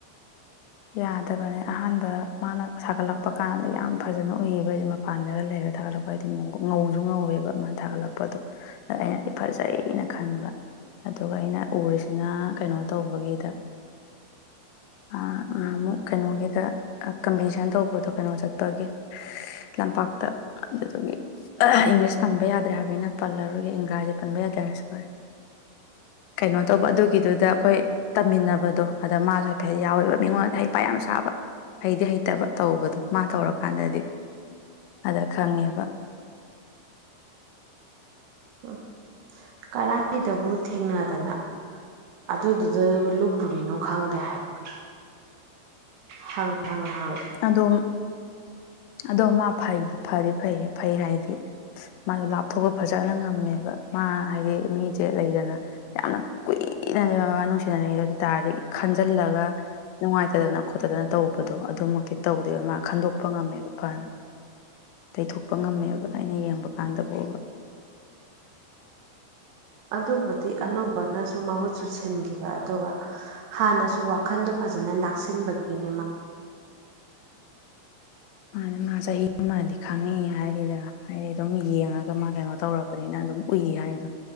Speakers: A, on the left; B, on the right.
A: ꯌꯥꯗꯕꯅꯦ ꯑꯍꯥꯟꯕ ꯃꯥꯅ ꯁꯥꯒꯠꯂꯛꯄ ꯀꯥꯟꯗ ꯌꯥꯝ ꯐꯖꯅ ꯎꯏꯌꯦꯕ ꯑꯩꯁꯦ ꯃꯄꯥꯟꯗꯒ ꯂꯩꯔ ꯊꯥꯒꯠꯂꯛꯄ ꯍꯥꯏꯗꯤ ꯉꯧꯁꯨ ꯉꯧꯋꯦꯕ ꯃꯥꯅ ꯊꯥꯒꯠꯂꯛꯄꯗꯣ ꯑꯩꯅ ꯐꯖꯩꯅ ꯈꯟꯕ ꯑꯗꯨꯒ ꯑꯩꯅ ꯎꯔꯤꯁꯤꯅ ꯀꯩꯅꯣ ꯇꯧꯕꯒꯤꯗ ꯑ ꯑꯃꯨꯛ ꯀꯩꯅꯣꯒꯤꯗ ꯀꯝꯄꯤꯇꯤꯁꯟ ꯇꯧꯕꯗꯣ ꯀꯩꯅꯣ ꯆꯠꯄꯒꯤ ꯂꯝꯄꯥꯛꯇ ꯑꯗ ꯊꯉꯦ ꯏꯪꯂꯤꯁ ꯄꯟꯕ ꯌꯥꯗ꯭ꯔꯦ ꯍꯥꯏꯕꯅꯤꯅ ꯄꯜꯂꯔꯨꯔꯒ ꯏꯪꯒ꯭ꯔꯥꯖꯤ ꯄꯟꯕ ꯌꯥꯗ꯭ꯔꯦ ꯍꯥꯏꯅꯁꯨꯦ ꯀꯩꯅꯣ ꯇꯧꯕ ꯑꯗꯨꯒꯤꯗꯨꯗ ꯑꯩꯈꯣꯏ ꯇꯝꯃꯤꯟꯅꯕꯗꯣ ꯑꯗ ꯃꯥꯁꯨ ꯍꯥꯏꯐꯦꯠ ꯌꯥꯎꯋꯦꯕ ꯃꯤꯉꯣꯟꯗ ꯍꯩ ꯄ ꯌꯥꯝ ꯁꯥꯕ ꯍꯩꯗꯤ ꯍꯩꯇꯕ ꯇꯧꯕꯗꯣ ꯃꯥꯅ ꯇꯧꯔꯀꯥꯟꯗꯗꯤ ꯑꯗ ꯈꯪꯉꯦꯕ꯫
B: ꯎ ꯀꯔꯥꯏꯗꯕꯨ ꯊꯦꯡꯅꯗꯅ꯫ ꯑꯗꯨꯗꯨꯗ ꯂꯨꯞ ꯄꯨꯨꯔꯤꯅꯣ ꯈꯪꯗꯦ ꯍꯥꯏꯕ꯫ ꯍ ꯍꯪꯍꯥꯡ
A: ꯑꯗꯣ ꯑꯗꯣ ꯃꯥ ꯐꯩꯗꯤ ꯐꯔꯤ ꯐꯩ ꯐꯩ ꯍꯥꯏꯗꯤ ꯃꯥꯗꯣ ꯂꯥꯞꯊꯣꯛꯄ ꯐꯖꯅ ꯉꯝꯃꯦꯕ ꯃꯥ ꯍꯥꯏꯗꯤ ꯃꯤꯁꯦ ꯂꯩꯗꯅ ꯌꯥꯝꯅ ꯀꯨꯏ ꯏꯅꯗꯤ ꯃꯕꯥ ꯅꯨꯡꯁꯤꯅꯔꯦ ꯑꯗꯨ ꯇꯥꯔꯗꯤ ꯈꯟꯖꯜꯂꯒ ꯅꯨꯡꯉꯥꯏꯇꯗꯅ ꯈꯣꯠꯇꯗꯅ ꯇꯧꯕꯗꯣ ꯑꯗꯨꯃꯛꯇꯤ ꯇꯧꯗꯦꯕ ꯃꯥ ꯈꯟꯗꯣꯛꯄ ꯉꯝꯃꯦꯕ ꯐꯅ꯫ ꯇꯩꯊꯣꯛꯄ ꯉꯝꯃꯦꯕ ꯑꯩꯅ ꯌꯦꯡꯕ ꯀꯥꯟꯗ ꯎꯕ꯫
B: ꯑꯗꯨꯕꯨꯗꯤ ꯑꯅꯧꯕꯅꯁꯨ ꯃꯍꯨꯠꯁꯨ ꯁꯤꯟꯈꯤꯕ ꯑꯗꯨꯒ ꯍꯥꯟꯅꯁꯨ ꯋꯥꯈꯟꯗꫭ ꯐꯖꯅ ꯂꯥꯛꯁꯤꯟꯕꯒꯤꯅꯦ ꯃꯥ
A: ꯃꯥꯅꯦ ꯃꯥ ꯆꯍꯤ ꯑꯃꯗꯤ ꯈꯪꯉꯛꯏ ꯍꯥꯏꯔꯤꯗ ꯍꯥꯏꯗꯤ ꯑꯗꯨꯝ ꯌꯦꯡꯉꯒ ꯃꯥ ꯀꯩꯅꯣ ꯇꯧꯔꯕꯅꯤꯅ ꯑꯗꯨꯝ ꯎꯏ ꯍꯥꯏꯗꯣ